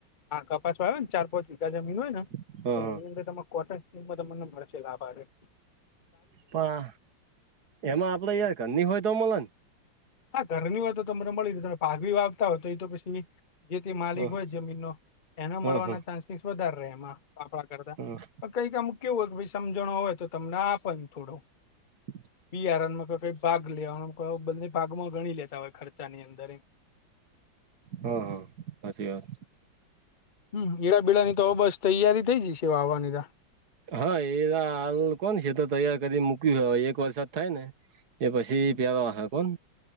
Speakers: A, on the left; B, on the right.
A: હા કપાસમાં આવે ને ચાર પાંચ વીઘા જમીન હોય ને,
B: હા
A: તો
B: હા હા
A: એની અંદર તમે કોટન નિમ તમને મળશે લાભ આવેે.
B: પા એમાં આપડે, યાર ઘર ની હોય તો મળે.
A: હા ઘરની વા તો તમને મળી જ ત પાઘવી વાવતા હોય એ તો પછી જે તે માલિક
B: હા
A: હોય જમીનનો, એને
B: હા
A: મળવાના
B: હા
A: ચાન્સીસ વધારે રહે એમાં આપડા કરતા.
B: હા
A: કઈક અમુક કેવું હો વી સમજણો હોય તો તમને આપેને થોડું.
B: <inaudible>
A: બહારમાં ક ભાગ લેવા ક બને ભાગમાં ગણી લેતા હોય ખર્ચા ની અંદર એમ.
B: હ હાચી વાત.
A: હમ, એડાબીડા ની તો બસ તૈયારી થઈ જશે વાવવાની ત.
B: હા એ હાલ કોણ છે તો તૈયાર કરી મૂક્યું હવે એક વરસાદ થાય ને. એ પછી પ્યારવાખ કોણ,